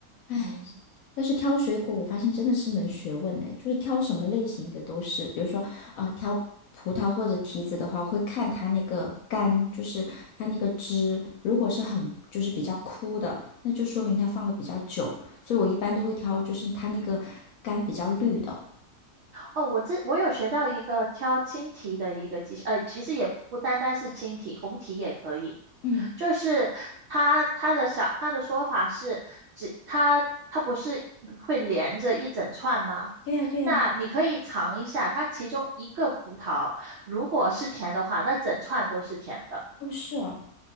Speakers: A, on the left (about 65°); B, on the right (about 70°).
A: 唉。
B: 嗯。
A: 但是挑水果，我发现真的是门学问呢，就是挑什么类型的都是，比如说，呃，挑葡萄或者提子的话，我会看它那个干，就是它那个汁，如果是很就是比较枯的，那就说明它放的比较久，所以我一般都会挑就是它那个干比较绿的。
B: 哦，我这我有学到一个挑青提的一个技巧，呃，其实也不单单是青提，红提也可以。
A: 嗯，
B: 就是它它的小它的说法是，只它它不是会连着一整串吗？
A: 对呀，对呀，
B: 那你可以尝一下，它其中一个葡萄如果是甜的话，那整串都是甜的。
A: 哦，是哦，